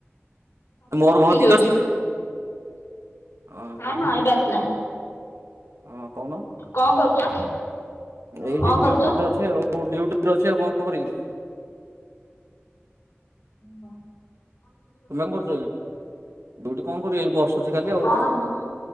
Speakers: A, on the right; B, on the left.
A: ମୋର ମହ ଠିକ
B: ହଉଛି।
A: ଆସୁଛି। ଅ
B: ହଁ ହଁ ଏବେ ଆସିଲା
A: ହଁ କହୁନ
B: କଣ କରୁଛ
A: ଏଇଠି
B: କଣ କରୁଛ?
A: ଡିଉଟି ରେ ଅଛି ଡିଉଟି ଅଛି ଆଉ କଣ କରିବି।
B: ହୁଁ
A: ତୁମେ କଣ କରୁଛକି। ଦୁଇଟି କଣ କରିବେ ଏ ବସୁଛି ଖାଲି ଆଉ
B: କଣ ଡ୍ୟୁ